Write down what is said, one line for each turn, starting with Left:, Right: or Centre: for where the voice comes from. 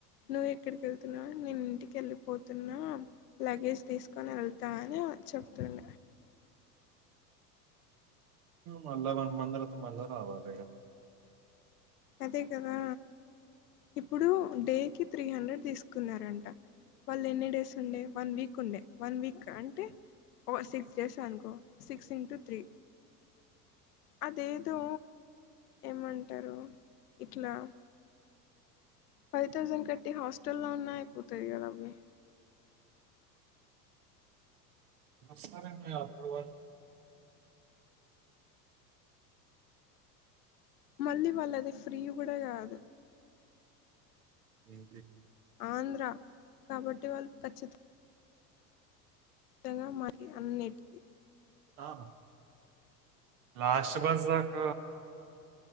Left: నువ్వు ఎక్కడికి వెళ్తున్నావు నేను ఇంటికి వెళ్ళిపోతున్నా లగేజ్ తీసుకని వెళ్తా అని చెప్తుండ
Right: మళ్ళ వన్మందలతో మళ్ళ రావాల
Left: అదే కదా ఇప్పుడు డేకి త్రీ హండ్రెడ్ తీసుకున్నారంట వాళ్ళు ఎన్ని డేస్ ఉండే వన్ వీక్ ఉండే వన్ వీక్ అంటే ఓ సిక్స్ ేస్ సనుకు సిక్స్ ఇన్టుూ త్రీ అదేదో ఏమంటారు ఇట్లా ఫైవ్ థౌజండ్ కట్టి హాస్టల్ల్లో ఉన్నాయి పోతుంది కదా అవి
Right: నారం అప్పుడు
Left: మళ్ళీ వాళ్ళ అది ఫ్రీ కూడా కాదు
Right: ఏ
Left: ఆంధ్ర కాబట్టి వాళ్ళు ఖచ్చిత నిజంగా మకి అన్నిటికీ
Right: ఆా లాస్ట్ బస్సక